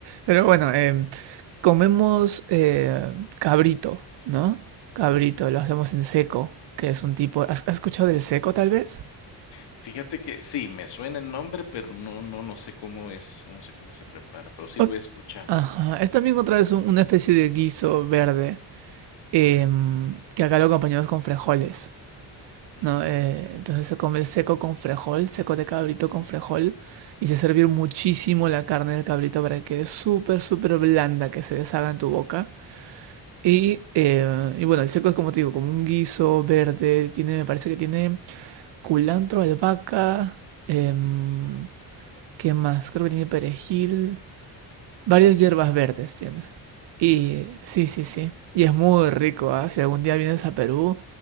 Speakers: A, on the right; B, on the left.
A: Pero bueno, em, comemos eh, cabrito, ¿no? Cabrito, lo hacemos
B: Ah,
A: en seco, que es un tipo... ¿Has, has escuchado del seco tal vez?
B: Fíjate que sí, me suena el nombre, pero no, no, no sé cómo es, no sé cómo se prepara, pero sí
A: Ok,
B: lo he escuchado.
A: Ajá. Es también otra vez un- una especie de guiso verde em, que acá lo acompañamos con frijoles,
B: Ujú.
A: ¿no? Eh, entonces se come seco con frejol, seco de cabrito con frejol y se sirve muchísimo la carne del cabrito para que quede súper, súper blanda, que se deshaga en tu boca. Y, eh, y bueno, el seco es como te digo, como un guiso verde, tiene, me parece que tiene culantro, albahaca, em, ¿qué más? Creo que tiene perejil. Varias hierbas verdes tiene. Y sí, sí, sí. Y es muy rico, ¿ah? Si algún día vienes a Perú,